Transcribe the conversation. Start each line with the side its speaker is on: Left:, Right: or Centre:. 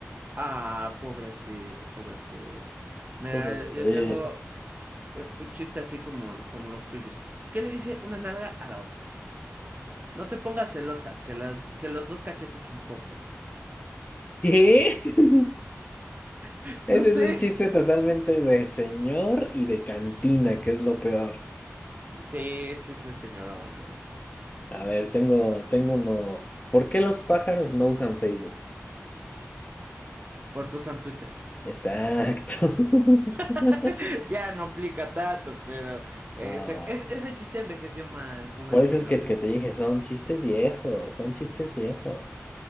Right: Ah, pobrecito, pobrecito. Mira,
Left: ¿Cómo sé?
Right: yo tengo un un chiste así como, como los tuyos. ¿Qué le dice una nalga a la otra? No te pongas celosa, que las, que los dos cachetes importan.
Left: ¿Qué? <laughs>
Right: <laughs>
Left: Ese
Right: No sé.
Left: es un chiste totalmente de señor y de cantina, que es lo peor.
Right: Sí, sí es de señorón, ¿eh?
Left: A ver, tengo, tengo uno. ¿Por qué los pájaros no usan Facebook?
Right: Porque usan Twitter.
Left: Exacto. <laughs>
Right: <laughs> Ya no aplica tanto, pero eh,
Left: Ah,
Right: se- es- ese chiste envejeció mal, pobrecito.
Left: por eso es que, que te dije, son chistes viejos, son chistes viejos.